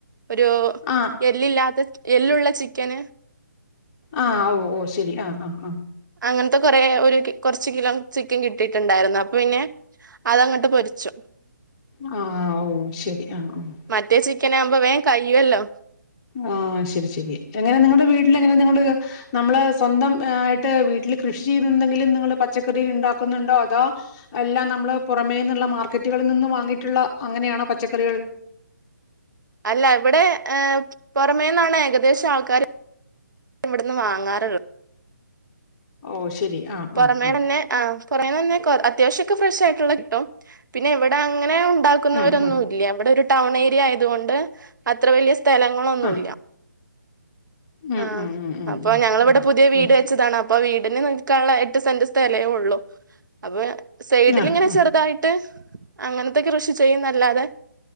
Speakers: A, on the right; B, on the left.
A: ഒരു
B: ആഹ്
A: എളില്ലാത്ത ചി എല്ലുള്ള ചിക്കൻ
B: അ ഓ ശരി അ അ
A: അങ്ങത്ത കേറെ ഒരു ചോരച് കിലോ ചിക്കൻ കിട്ടിട്ടുണ്ടായിരുന്ന അപ്പ പിന്നെ അതങ്ങോട്ട് പൊരിച്ചു
B: അ ആ ഓ ശരി ആഹ് ആഹ്
A: മറ്റേ ചിക്കാനാവുമ്പോ വേം കഴി യ്യൊല്ലോ
B: ആ ശരി ശരി യെങ്ങനെ നിങ്ങളുടെ വിട്ടിൽ യെങ്ങനെ നമ്മൾ സ്വന്ധം ആയിട്ട് വിട്ടിൽ കൃഷി ചെയ്‌ത് എന്തെങ്ങിലും നിങ്ങൾ പച്ചക്കറി ഉണ്ടാക്കുന്നുണ്ടോ അതെ അല്ല നമ്മൾ പുറമെന്നുള്ള മാർക്കറ്റുകളിൽ നിന്ന് വാഗിട്ടുള്ള അങ്ങനെ ആണോ പച്ചക്കറികൾ
A: അല്ല ഇവിടെ ഹേ പുറമെന്നാണ് യെഖദേശം ആൾക്കാർ ഇവിന്ന് വാങ്ങർ
B: ഓ ശരി ആ
A: പുറമെനെ
B: ആ ആ
A: അ നെന്നെ കെർ അത്യാവശ്യക്കെ ഫ്രെസായിട്ടുള്ളകിട്ടും പിന്നെ ഇവിടെ അ ങ്ങനെ ഉണ്ടാക്കുന്നോറന്നുല്ല
B: ഉം ഉം
A: ഇവിടെ ഒരു ടി ടാൺ ഏരിയ അയാധൊണ്ട് അത്ര വലിയ സ്ഥ ലങ്ങളൊന്നുല്ല
B: ആ ഉം
A: ആ
B: ഉം ഉം ഉം
A: അപ്പൊ ഞങ്ങളവിടെ
B: ഉം
A: പുതിയ വീട് വെച്ചതാണ് അപ്പൊ വീട് ന് നിൽക്കാനുള്ള ഏട്ട് സെന്റ് സ്ഥലെ ഒള്ളു അപ്പൊ സൈഡ്ൽ
B: ഉം
A: ഇങ്ങനെ
B: ഉം ആ ആ
A: ചെറുതായിട്ട് അങ്ങൻത്തെ കൃഷി ചെയ്യും ന്നല്ലാദേ